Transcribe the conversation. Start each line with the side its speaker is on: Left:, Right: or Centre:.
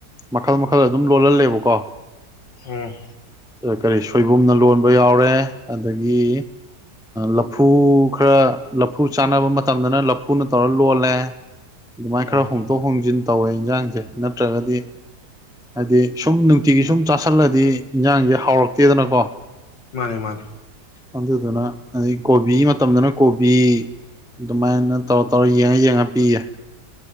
Centre: ꯃꯈꯜ ꯃꯈꯜ ꯑꯗꯨꯝ ꯂꯣꯜꯍꯜꯂꯦꯕꯀꯣ
Left: ꯎꯝ
Centre: ꯀꯔꯤ ꯁꯣꯏꯕꯨꯝꯅ ꯂꯣꯟꯕ ꯌꯥꯎꯔꯦ ꯑꯗꯒꯤ ꯂꯐꯨ ꯈꯔ ꯂꯐꯨ ꯆꯥꯟꯅꯕ ꯃꯇꯝꯗꯅ ꯂꯐꯨꯅ ꯇꯧꯔ ꯂꯣꯜꯂꯦ ꯑꯗꯨꯃꯥꯏꯅ ꯈꯔ
Left: ꯑꯣ
Centre: ꯍꯣꯡꯗꯣꯛ ꯍꯣꯡꯖꯤꯟ ꯇꯧꯋꯦ ꯏꯟꯁꯥꯡꯁꯦ ꯅꯠꯇ꯭ꯔꯒꯗꯤ ꯍꯥꯏꯗꯤ ꯁꯨꯝ ꯅꯨꯡꯇꯤꯒꯤ ꯁꯨꯝ ꯆꯥꯥꯁꯜꯂꯗꯤ ꯏꯟꯁꯥꯡꯁꯦ ꯍꯥꯎꯔꯛꯇꯦꯗꯅꯀꯣ
Left: ꯃꯥꯅꯦ ꯃꯥꯅꯦ
Centre: ꯑꯗꯨꯗꯨꯅ ꯑꯗꯩ ꯀꯣꯕꯤ ꯃꯇꯝꯗꯅ ꯀꯣꯕꯤ ꯑꯗꯨꯃꯥꯏꯅ ꯇꯧꯔ ꯇꯧꯔ ꯌꯦꯡꯉ ꯌꯦꯡꯉ ꯄꯤꯌꯦ